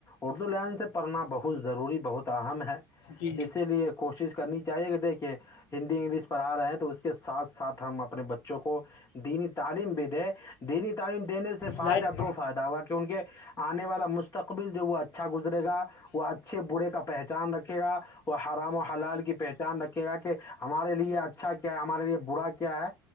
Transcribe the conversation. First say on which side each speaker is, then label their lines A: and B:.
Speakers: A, on the left; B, on the left.
A: اردو لائن سے پڑھنا بہت ضروری بہت اہم ہے
B: جی جی
A: اسی لیے کوشش کرنی چاہیے کہ دیکھے ہندی انگلش پڑھا رہے ہیں تو اس کے ساتھ ساتھ ہم اپنے بچے کو دینی تعلیم بھی دے دینی تعلیم دینے فائدہ
B: لائٹ
A: دو فائدہ ہوگا کہ ان کے آنے والا مستقبل جو وہ اچھا گزرے گا وہ اچھے برے کا پہچان رکھے گا وہ حرام و حلال کی پہچان رکھے گا کہ ہمارے لیے ا اچھا کیا ہے ہمارے لیے برا کیا ہے